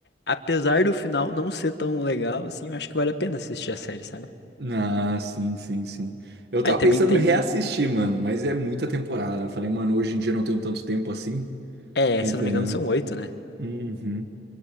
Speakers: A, on the left; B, on the right.
A: apesar do final não ser tão legal, assim, eu acho que vale a pena assistir a série, sabe?
B: Ah, sim, sim, sim. Eu tava
A: Aí também
B: pensando
A: tem,
B: em reassistir, mano, mas é muita temporada. Eu Falei, mano, hoje em dia eu não tenho tanto tempo assim.
A: é,
B: Entendeu?
A: se eu não me engano são oito, né?
B: Uhum.